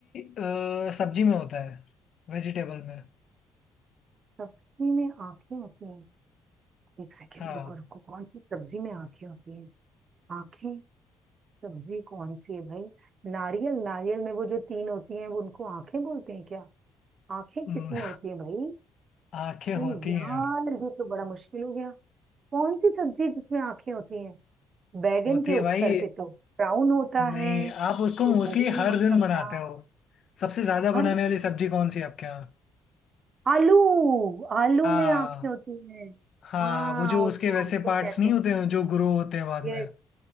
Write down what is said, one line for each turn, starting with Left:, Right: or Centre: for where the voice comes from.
Left: अ, सब्जी में होता है वेजिटेबल में
Right: सब्जी में आंखें होती हैं एक सेकेंड
Left: हाँ
Right: रुको रुको कौन सी सब्जी में आंखें होती हैं आंखें सब्जी कौन सी है भाई नारियल नारियल में वो जो तीन होती हैं वो उनको आंखें बोलते हैं क्या आंखें
Left: हम्म,
Right: किस में होती हैं भाई
Left: आंखें
Right: ये
Left: होती
Right: यार
Left: हैं
Right: ये तो बड़ा मुश्किल हो गया कौन सी सब्जी है जिसमें आंखें होती हैं बैगन
Left: होती
Right: के
Left: है
Right: अक्सर
Left: भाई
Right: पे तो ब्राउन होता
Left: नहीं
Right: है
Left: आप उसको
Right: तो
Left: मोस्टली
Right: वो भी नहीं
Left: हर
Right: हो सकता
Left: दिन बनाते हो सबसे ज्यादा
Right: हर
Left: बनाने वाली सब्जी कौन सी है आपके यहाँ
Right: आलू आलू
Left: हाँ
Right: में आंखें होती हैं
Left: हाँ
Right: हाँ
Left: वो जो
Right: उसको
Left: उसके वैसे
Right: आंखें
Left: पार्ट्स
Right: कहते
Left: नहीं
Right: हैं
Left: होते हैं जो ग्रो होते हैं बाद
Right: ये
Left: में